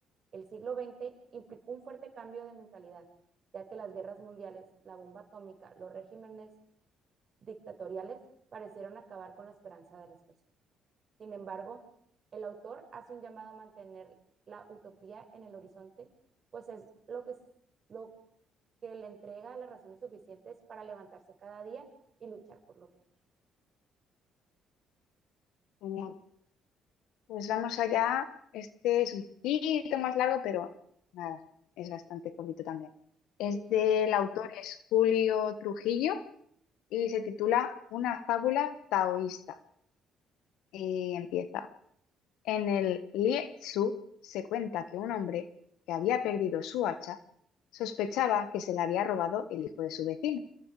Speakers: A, on the right (about 45°); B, on the left (about 80°).
A: El siglo XX implicó un fuerte cambio de mentalidad, ya que las guerras mundiales, la bomba atómica, los regímenes dictatoriales parecieron acabar con la esperanza de las personas. Sin embargo, el autor hace un llamado a mantener la utopía en el horizonte, pues es lo que, lo que le entrega las razones suficientes para levantarse cada día y luchar por lo que quiere.
B: Genial. Pues vamos allá. Este es un poquito más largo, pero nada, es bastante cortito también. Es
A: Sí.
B: del autor es Julio Trujillo y se titula Una fábula taoísta. Y empieza. En el Lie Tzu se cuenta que un hombre que había perdido su hacha sospechaba que se la había robado el hijo de su vecino.